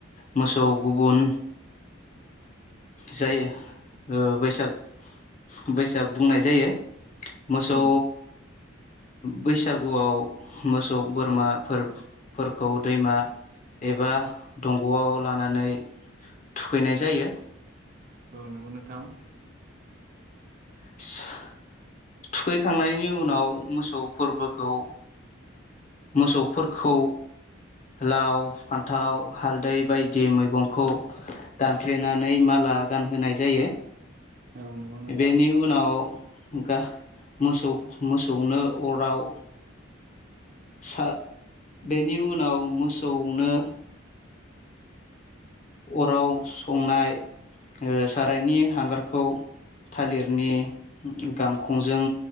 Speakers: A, on the left; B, on the right.
A: मोसौ गुबुन जायो ओ बैसाग-बैसाग बुंनाय जायो। मोसौ
B: उम
A: बैसागुआव मोसौ सौ बोरमाफोर फोरखौ दैमा एबा दंग'आव लानानै थुखैनाय जायो।
B: औ नंगौ नोंथां।
A: स थुखैखांनायनि उनाव मोसौ फोरबोखौ मोसौफोरखौ लाव फान्थाव हालदै बायदि मैगंखौ दानफ्लेनानै मा माला गानहोनाय जायो
B: औ नंगौ नोंथां
A: बेनि उनाव गा मोसौ-मोसौनो अराव सा बेनि उनाव मोसौनो अराव संनाय ओ सारायनि हांगारखौ। थालिरनि गांखंजों